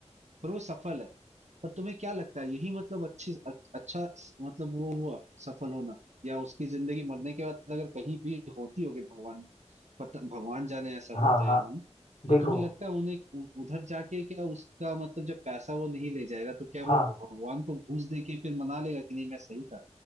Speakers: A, on the right; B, on the left.
A: पर वो सफल है पर तुम्हें क्या लगता है यही मतलब अच्छी अच्छा मतलब वो हुआ सफल होना या उसकी जिंदगी मरने के बाद अगर कहीं भी होती होगी भगवान पता भगवान जाने ऐसा
B: हाँ
A: होता है
B: हाँ
A: या नहीं तो
B: देखो
A: तुम्हें लगता है उन्हें उ- उधर जाके क्या उसका मतलब जब पैसा वो नहीं ले जाएगा तो क्या वो
B: हाँ
A: भगवान को घूस दे के फिर मना लेगा कि नहीं मैं सही था